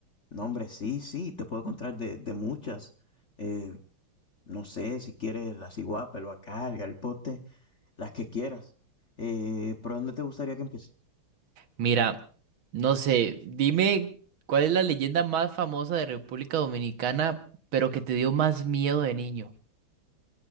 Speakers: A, on the left (about 40°); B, on the right (about 70°).
A: no, hombre, sí, sí, te puedo contar de, de muchas. Eh, no sé, si quieres la ciguapa, el Bacá, el galipote, las que quieras. Eh, ¿por dónde te gustaría que empiece?
B: Mira, no sé, dime cuál es la leyenda más famosa de República Dominicana, pero que te dio más miedo de niño.